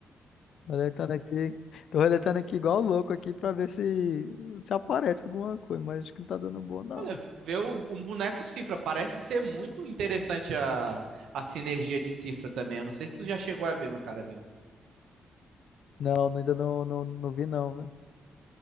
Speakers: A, on the left (about 65°); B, on the right (about 85°).
A: Tô deletando aqui. Tô deletando aqui igual louco aqui pra ver se se aparece alguma coisa, mas acho que não tá dando bom, não.
B: Olha, ver o, o boneco Cifra parece ser muito interessante a, a sinergia de Cifra também. Eu não sei se tu já chegou a ver, meu caro amigo.
A: Não, não- ainda não, não, não vi não, velho.